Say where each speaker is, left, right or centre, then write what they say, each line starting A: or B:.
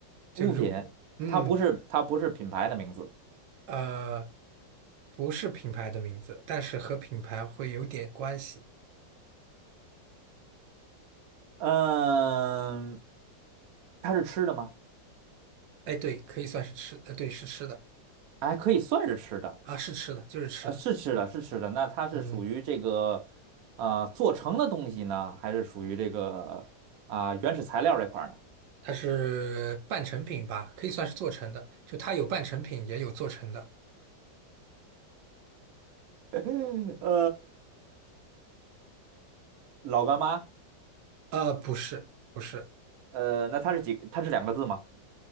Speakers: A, on the right; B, on the right.
A: 就如嗯
B: 物品，它不是它不是品牌的名字。
A: 呃，不是品牌的名字，但是和品牌会有点关系。
B: 嗯，它是吃的吗？
A: 哎，对，可以算是吃，呃，对，是吃的
B: 哎，可以算是吃的。
A: 啊，是吃的，就是吃的。
B: 呃，是吃的，是吃的。那它是属于这个啊、
A: 嗯，
B: 呃做成的东西呢，还是属于这个啊、原始材料这块儿呢？
A: 它是半成品吧，可以算是做成的。就它有半成品，也有做成的。
B: <laughs> 呃，老干妈，
A: 呃，不是，不是，
B: 呃，那它是几？它是两个字吗？